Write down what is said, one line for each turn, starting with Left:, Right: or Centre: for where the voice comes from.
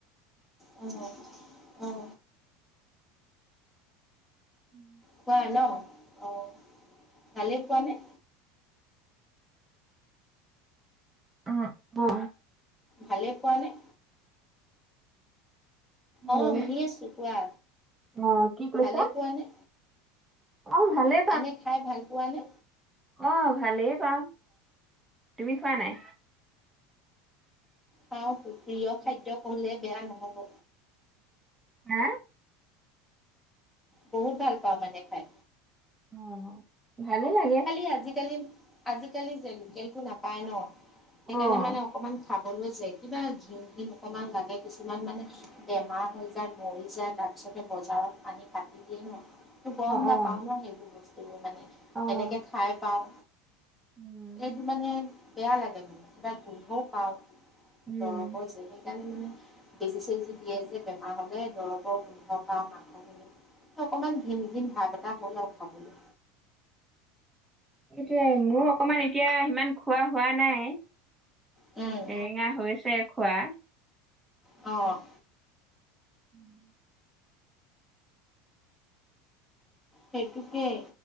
Centre: অ। অ
Right: উম।
Centre: খোৱা ন। অ ভালেই পোৱানে?
Right: অ বৌ
Centre: ভালে পোৱা নে? অ
Right: হেল্ল',
Centre: শুনি আছো কোৱা
Right: অ', কি কৈছা?
Centre: ভালে পোৱা নে?
Right: অ ভালে।
Centre: এনে খাই ভাল পোৱানে।
Right: অ ভালেই পাওঁ তুমি খোৱা নাই।
Centre: খাও প্ৰিয় খাদ্য কলে বেয়া নহব।
Right: হা!
Centre: বহুত ভাল পাওঁ মানে খাই।
Right: অ ভালেই লাগে।
Centre: খালি আজি-কালি আজি-কালি যে লোকেলটো নাপায় ন সেইকাৰণে
Right: অ',
Centre: মানে অকণমান খাবলৈ যায় কিবা ঘিণ ঘিণ অকণমান লাগে কিছুমান মানে বেমাৰ হৈ যায় মৰি যায় তাত তাৰপিছতে বজাৰত পানী কাটি দিয়েই ন। গম
Right: অ',
Centre: নাপাও
Right: অ',
Centre: ন সেইবোৰ বস্তুৰ মানে সেনেকে
Right: অ',
Centre: খাই পাওঁ।
Right: উম।
Centre: এইটো মানে বেয়া লাগে মানে কিবা গোন্ধও পাওঁ
Right: উম।
Centre: দৰৱ কৰিছে সেইকাৰণে মানে- বেজি চেজি দিয়ে যে বেমাৰ হলে দৰৱৰ গোন্ধ বা মাংস অকমান ঘিন ঘিন ভাৱ এটা হ'ল আৰু খাবলে।
Right: সেইটোৱে মোৰ অকমান এতিয়া সিমান খোৱা হোৱা নাই।
Centre: উম।
Right: সেৰেঙা হৈছে খোৱা।
Centre: অ,
Right: উম।
Centre: সেইটোকেই